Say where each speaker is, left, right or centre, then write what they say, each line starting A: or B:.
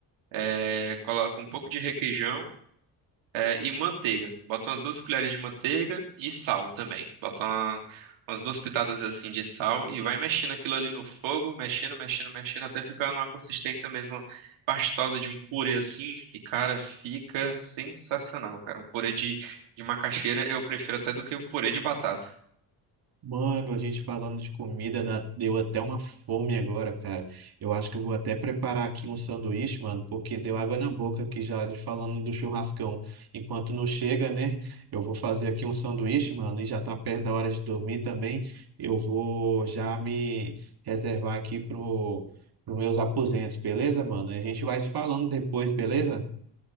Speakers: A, on the right; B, on the right.
A: é, coloca um pouco de requeijão é, e manteiga. Bota umas duas colheres de manteiga e sal também. Bota uma- umas duas pitadas assim de sal e vai mexendo aquilo ali no fogo, mexendo, mexendo, mexendo, até ficar numa consistência mesmo pastosa de um purê assim. E, cara, fica sensacional, cara. Um purê de, de macaxeira eu prefiro até do que o purê de batata.
B: Mano, a gente falando de comida, dá- deu até uma fome agora, cara. Eu acho que eu vou até preparar aqui um sanduíche, mano, porque deu água na boca aqui já de falando do churrascão. Enquanto não chega, né? Eu vou fazer aqui um sanduíche, mano, e já tá perto da hora de dormir também. Eu vou já me reservar aqui pro, pro meus aposentos, beleza, mano? A gente vai se falando depois, beleza?